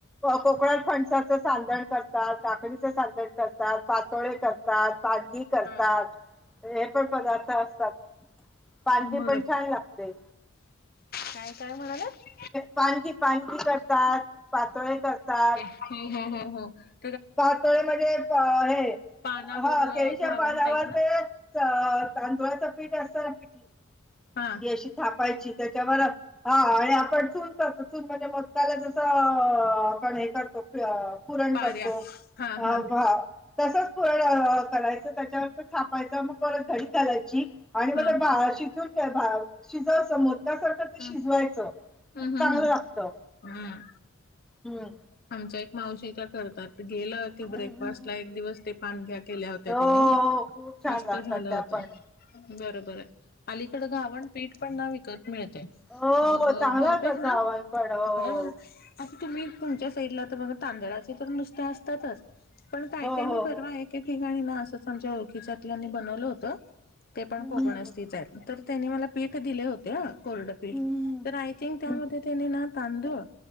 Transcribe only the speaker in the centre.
कोकणात फणसाचं सांधनऽऽ करतात, काकडीचे साधंन करतात, पातोळे करतात, भाजी करतातऽ
हे पण पदार्थ असतात,, पांदी
पण छान लागतेऽ
पानखी, पानखी करतात, पातोळे करतात,
पातोळे म्हणजे हे,,
हा केळीच्या
पानावर
तेऽऽ अंऽऽतांदुळाच पीठ असत पिठऽ
ती अशी थापायची त्याच्यावर,, हा आणि आपन चुन करतोऽऽ णजे मोदकाला जस, आपण हे करतो, पुरण
करतोऽ
ह
बाऽऽ तसच फ करायचं, त्याच्यावर थापायचं, मग परत घडी घालायची, आणि
मग ते शिजून, शिजव अस मोदकासारखऽ ते
शिजवायचं,,
चांगलं
लागतं.
हम्म,
हम्म
हो
खूप छान
लागतात
त्या
पण
हो
चांगला
होतात
धावण पण हो
हो
हो
हो
हम्म
हम्म
हम्म.
ह